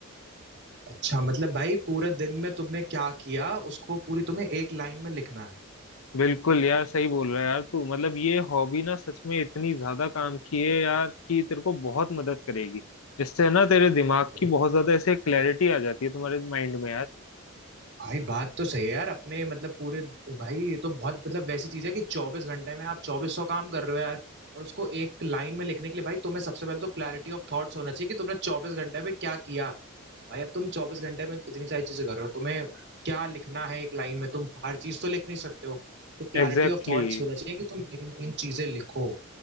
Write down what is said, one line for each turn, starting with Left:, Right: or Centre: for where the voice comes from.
Right: अच्छा मतलब भाई पूरे दिन में तुमने क्या किया उसको पूरी तुम्हें एक लाइन में लिखना है
Left: बिल्कुल यार सही बोल रहा है यार तू मतलब ये हॉबी ना सच में इतनी ज्यादा काम की है यार कि तेरे को बहुत मदद करेगी जिससे ना तेरे दिमाग
Right: अबे
Left: की बहुत ज्यादा ऐसे क्लैरिटी आ जाती है तुम्हारे माइंड में यार
Right: भाई बात तो सही है यार अपने मतलब पूरे भाई ये तो बहुत मतलब वैसी चीज है कि चौबीस घंटे में आप चौबीस सौ काम कर रहे हो यार और उसको एक लाइन में लिखने के लिए भाई तुम्हें सबसे पहले तो क्लैरिटी ऑफ थॉट्स होना चाहिए कि तुमने चौबीस घंटे में क्या किया भाई अब तुम चौबीस घंटे में इतनी सारी चीजें कर रहे हो तुम्हें क्या लिखना है एक लाइन में तुम हर चीज तो लिख नहीं सकते हो तो क्लैरिटी
Left: Exactly
Right: ऑफ थॉट्स
Left: exactly.
Right: होना चाहिए कि तुम इन इन चीजें लिखो